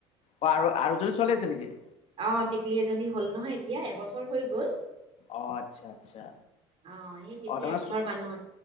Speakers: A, on the left; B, on the right.
A: অ আৰু আৰু এজনী ছোৱালী আছে নেকি?
B: অ টিকলি এজনী হল নহয় এতিয়া এবছৰ হৈ গল।
A: অ', আচ্ছা আচ্ছা
B: আহ সেই তেতিয়া
A: অ তাৰমানে
B: এঘৰ মানুহত